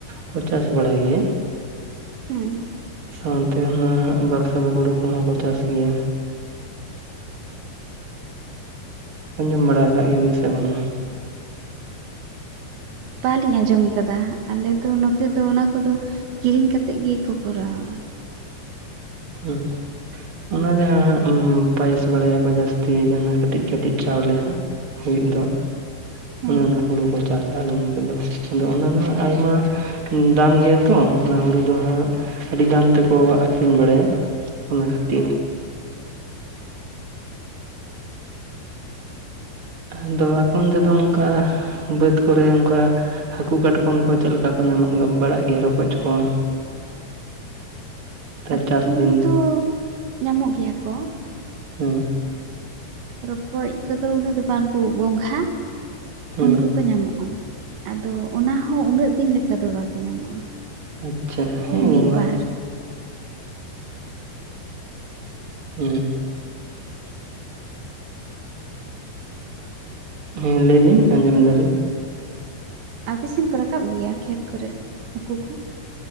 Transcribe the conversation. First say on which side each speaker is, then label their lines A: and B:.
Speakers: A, on the right (about 30°); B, on the right (about 85°).
A: ᱠᱚ ᱪᱟᱥ ᱵᱟᱲᱟᱭ ᱜᱮᱭᱟ᱾
B: ᱦᱩᱸ
A: ᱥᱟᱶᱛᱮ ᱚᱱᱟ ᱵᱟᱠᱥᱚ ᱦᱩᱲᱩ ᱠᱚᱦᱚᱸ ᱠᱚ ᱪᱟᱥ ᱜᱮᱭᱟ ᱾ ᱟᱸᱡᱚᱢ ᱵᱟᱲᱟ ᱟᱠᱟᱜ ᱜᱮᱭᱟᱵᱤᱱ ᱥᱮ ᱵᱟᱝᱟ?
B: ᱵᱟᱸᱞᱤᱧ ᱟᱸᱡᱚᱢ ᱟᱠᱟᱫᱟ, ᱟᱞᱮᱚ ᱫᱚ ᱱᱚᱛᱮ ᱫᱚ ᱚᱱᱟ ᱠᱚᱫᱚ ᱠᱤᱨᱤᱧ ᱠᱟᱛᱮᱫ ᱜᱮᱠᱚ ᱠᱚᱨᱟᱣᱟ᱾
A: ᱦᱩᱸ᱾ ᱚᱱᱟ ᱡᱟᱦᱟᱸ ᱦᱟᱸᱜ ᱩᱸ ᱯᱟᱭᱥ ᱵᱟᱲᱟᱭᱟᱠᱚ ᱡᱟᱹᱥᱛᱤ ᱡᱟᱦᱟᱸᱱᱟᱜ ᱠᱟᱹᱴᱤᱡ ᱠᱟᱹᱴᱤᱡ ᱪᱟᱣᱞᱮ ᱦᱟᱸᱜ᱾ ᱦᱩᱭᱩᱜ ᱫᱚ᱾
B: ᱦᱮᱸ
A: ᱚᱱᱮ ᱚᱱᱟ ᱦᱩᱲᱩ ᱠᱚ ᱪᱟᱥᱟ ᱟᱞᱮ ᱱᱚᱛᱮ ᱫᱚ᱾ ᱟᱫᱚ ᱚᱱᱟ ᱫᱚ ᱦᱟᱸᱜ ᱟᱭᱢᱟ ᱫᱟᱢ ᱜᱮᱭᱟ ᱛᱚ, ᱚᱱᱟ ᱦᱩᱲᱩ ᱫᱚ ᱦᱟᱸᱜ ᱟᱹᱰᱤ ᱫᱟᱢ ᱛᱮᱠᱚ ᱟᱹᱠᱷᱨᱤᱧ ᱵᱟᱲᱟᱭᱟ᱾ ᱚᱱᱟ ᱠᱷᱟᱹᱛᱤᱨ᱾
B: ᱚ
A: ᱟᱫᱚ ᱟᱯᱚᱱ ᱛᱮᱫᱚ ᱚᱱᱠᱟ, ᱵᱟᱹᱫᱽ ᱠᱚᱨᱮ ᱚᱱᱠᱟ ᱦᱟᱹᱠᱩ ᱠᱟᱴᱠᱚᱢ ᱠᱚ ᱪᱮᱫ ᱞᱮᱠᱟ ᱠᱚ ᱧᱟᱢᱚᱜ ᱟᱹᱜ ᱵᱟᱲᱟᱜ ᱜᱮᱭᱟ ᱨᱚᱠᱚᱡ ᱠᱚ᱾ <inaudible>
B: ᱦᱟᱹᱠᱩ
A: ᱫᱤᱱ
B: ᱫᱚ ᱧᱟᱢᱚᱜ ᱜᱮᱭᱟ ᱠᱚ᱾
A: ᱦᱮᱸ
B: ᱟᱨ ᱨᱚᱠᱚᱡ ᱠᱚᱫᱚ ᱩᱱᱟᱹᱜ ᱫᱚ ᱵᱟᱝᱠᱩ, ᱜᱚᱝᱜᱷᱟ
A: ᱦᱩᱸ
B: ᱩᱱᱠᱩ ᱠᱚ ᱧᱟᱢᱚᱜᱼᱟ ᱟᱫᱚ ᱚᱱᱟ ᱦᱚᱸ ᱩᱱᱟᱹᱜ ᱫᱤᱱ ᱞᱮᱠᱟ ᱫᱚ ᱵᱟᱠᱚ ᱧᱟᱢᱚᱜᱼᱟ᱾
A: ᱟᱪᱪᱷᱟ ᱦᱮᱸ
B: ᱳᱭ
A: ᱜᱚ
B: ᱢᱤᱫ
A: ᱜᱟᱞ
B: ᱵᱟᱨ
A: ᱦᱩᱸ ᱦᱮᱸ ᱞᱟᱹᱭᱵᱤᱱ ᱟᱸᱡᱚᱢ ᱮᱫᱟᱞᱤᱧ᱾
B: ᱟᱯᱮᱥᱮᱱ ᱠᱚ ᱨᱟᱠᱟᱵ ᱜᱮᱭᱟ, ᱠᱷᱮᱛ ᱠᱚᱨᱮ ᱦᱟᱹᱠᱩ ᱠᱚ᱾